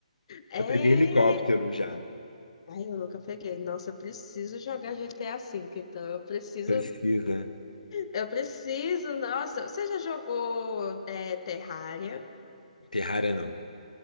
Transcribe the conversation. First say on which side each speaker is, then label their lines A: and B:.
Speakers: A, on the left; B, on the left.
A: É.
B: Eu peguei helicóptero já.
A: Ai, eu nunca peguei. Nossa, eu preciso jogar GTA V, então eu preciso.
B: Precisa.
A: Eu preciso, nossa. Você já jogou é, Terraria?
B: Terraria não.